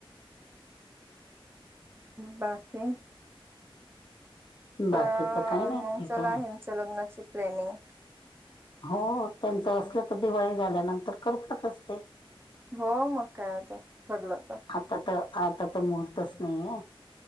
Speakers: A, on the right; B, on the left.
A: बाकी?
B: बाकीच
A: करावं
B: काही
A: लागेल
B: नाही
A: मग,
B: ठीक
A: चला
B: आहे
A: यांच्या लग्नाची प्लॅनिंग.
B: हो त्यांचं असलं, तर दिवाळी झाल्यानंतर करतच असते.
A: हो मग काय आता, ठरलं तर.
B: आता तर आता तर महूर्तच नाहीये.